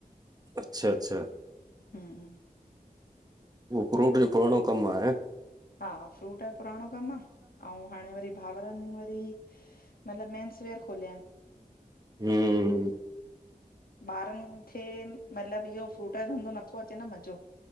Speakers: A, on the right; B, on the left.
A: अच्छा अच्छा
B: हम्म
A: फ्रूट यो पुराणो कम आहे?
B: हा फ्रूट यो पुराणो कम आ अऊ हाणे वरी भाावरन वरी मतलब मेंनस वेयर खोलया आहिन?
A: हम्म
B: ॿारन खे मतलब इहो फ्रूट जो धंधो न नथो अचे न मज़ो